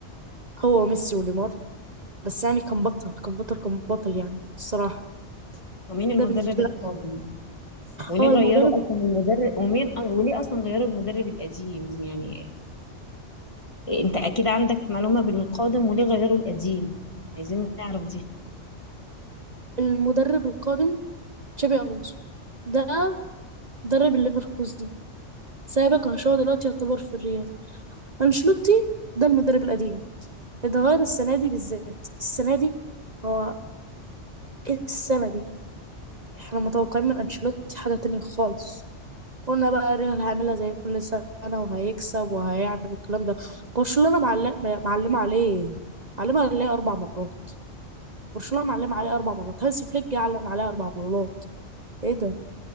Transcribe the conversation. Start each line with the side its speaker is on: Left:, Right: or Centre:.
Right: هو وميسي ونيمار بس يعني كان بطل كان بطل كان بطل يعني الصراحة
Left: ومين المدرب
Right: ده بالنسبة
Left: القادم
Right: لي
Left: وليه
Right: اه
Left: غيروا
Right: المدرب
Left: اصلا المدرب ومين أه، وليه اصلا غيروا المدرب القديم يعني انت اكيد عندك معلومة بالقادم وليه غيروا القديم عايزين نعرف دي
Right: المدرب القادم تشابي ألونسو ده مدرب الليفركوزن سايبك أنشيلوتي دلوقتي يعتبر في الريال أنشيلوتي ده المدرب القديم اتغير السنة دي بالذات السنة دي هو ايه السنة دي احنا متوقعين من انشيلوتي حاجة تانية خالص قلنا بقى ريال هيعملها زي كل سنة وهيكسب وهيعمل والكلام ده برشلونة معلم معلمة عليه معلمة عليه أربع مرات برشلونة معلمة عليه أربع مرات هانسي فليك جه علم عليه أربع مرات ايه ده